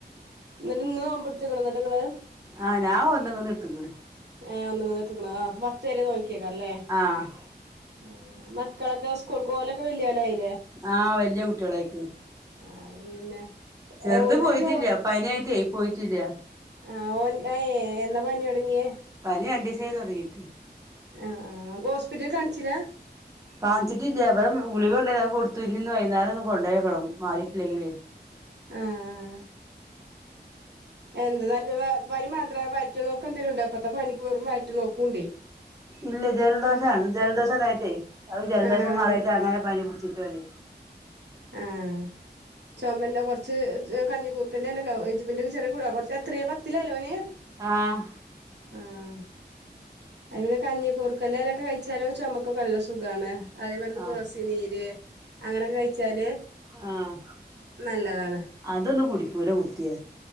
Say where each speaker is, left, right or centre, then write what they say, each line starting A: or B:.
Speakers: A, on the right (about 75°); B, on the right (about 20°).
A: ന്ന്ട്ട് ഇന്ന് നോമ്പ്ട്ത്ത്ക്ക്‌ണൊ ന്ന്ട്ട് ങ്ങള്?
B: ആഹ് ഞാ ഒന്നങ്ന്ന് ഇട്ത്ത്ക്ക്ണ്.
A: ഏഹ് ഒന്ന്ങ്ങന്ന് എട്ത്ത്ക്ക്‌ണു ആഹ് അപ്പൊ പത്ത് വരെ ന്നൊൽക്കയ്ക്കാര്ലെ.
B: ആഹ്
A: ആഹ്, മക്കളൊക്കെ സ്കൂൾ കോലൊക്കെ വല്ല്യോലായി.
B: ആഹ് വല്ല്യ കുട്ട്യാളായിക്ക്.
A: ആഹ് അപ്പ പിന്നെ
B: ചെർത്
A: ഓൽക്ക്
B: പോയ്റ്റില്ല്യാ
A: ചോ
B: പനിയായിട്ടെയ് പോയിറ്റില്ല.
A: ആഹ് ഓൻ ആ യേഹ് എന്നാ പനിടൊങ്ങിയേ?
B: പനി രണ്ടീസായി തൊടങ്ങീട്ട്.
A: ആഹ് ആഹ്, ഓസ്പിറ്റൽല് കാൺചിലാ?
B: കാൺച്ച്ട്ടില്ല ഇവടെ ഗുളികണ്ടായിന്നു അത് കൊട്ത്തു, ഇന്ന്ഞ് വൈന്നേരം ഒന്ന് കൊണ്ടോയോക്കണം മാറീട്ടില്ലെങ്കില്.
A: ആഹ്. എന്ത്‌ നല്ല വെ പനി മാത്രാ വയറ്റ് ന്നൊക്കന്തേലുണ്ടോ? ഇപ്പത്തെ പനിക്ക് വെറും വയറ്റ് നോക്കുംണ്ടേയ്.
B: ഇല്ല ജൽദോഷാണ് ജൽദോഷം തായിട്ടേയ് അവ് ജൽദോഷം
A: ആഹ്
B: മാറായിട്ട് അങ്ങനെ പനി പിട്ച്ച്ക്കാണ്.
A: ആഹ്. ചോമന്റെ കൊർച്ച് ജ് കഞ്ഞിക്കൂർക്കന്റെല <unintelligible> ചെറിയേ കൊ കൊർച്ചെത്രയാ പത്തിലല്ലോ ഓന്?
B: ആഹ്.
A: ആഹ് ഇവിടെ കഞ്ഞിക്കൂർക്കന്റെലക്കെ കയ്ച്ചാലു ചൊമക്കൊക്കെ നല്ല സു സുഖാണ് അതേമാര്ക്ക്
B: ആഹ്
A: തൊളസി നീര്, അങ്ങനെക്കെ കയ്ച്ചാല്
B: ആഹ്
A: ന്നല്ലതാണ്.
B: അതൊന്നും കുടിക്കൂല കുട്ട്യേ.